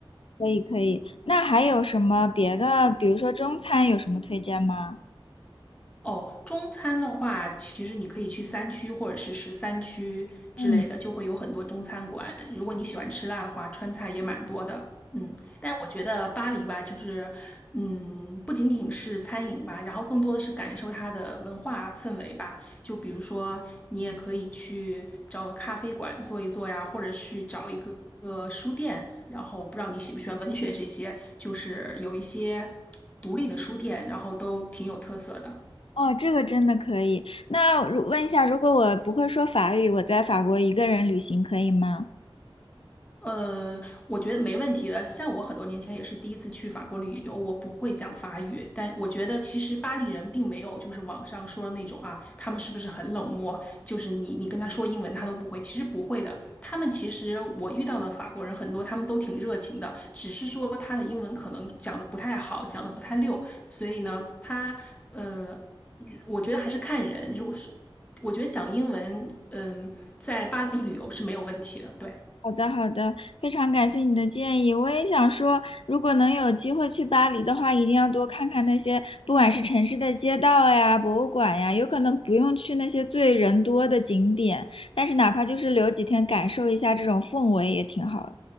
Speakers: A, on the left; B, on the left.
A: 可以可以，那还有什么别的？比如说中餐有什么推荐吗？
B: 哦，中餐的话，其实你可以去三区或者是十三区之类的，
A: 嗯。
B: 就会有很多中餐馆。如果你喜欢吃辣的话，川菜也蛮多的。嗯，但是我觉得巴黎吧，就是，嗯，不仅仅是餐饮吧，然后更多的是感受它的文化氛围吧。就比如说，你也可以去找个咖啡馆坐一坐呀，或者去找一个个书店。然后不知道你喜不喜欢文学这些，就是有一些独立的书店，然后都挺有特色的。
A: 哦，这个真的可以。那如问一下，如果我不会说法语，我在法国一个人旅行可以吗？
B: 呃，我觉得没问题的。像我很多年前也是第一次去法国旅游，我不会讲法语，但我觉得其实巴黎人并没有就是网上说的那种啊，他们是不是很冷漠？就是你你跟他说英文他都不会，其实不会的。他们其实我遇到的法国人很多，他们都挺热情的，只是说他的英文可能讲的不太好，讲的不太溜，所以呢，他呃，我觉得还是看人。如果是我觉得讲英文，嗯、在巴黎旅游是没有问题的，对。
A: 好的，好的，非常感谢你的建议。我也想说，如果能有机会去巴黎的话，一定要多看看那些，不管是城市的街道呀、博物馆呀，有可能不用去那些最人多的景点，但是哪怕就是留几天感受一下这种氛围也挺好的。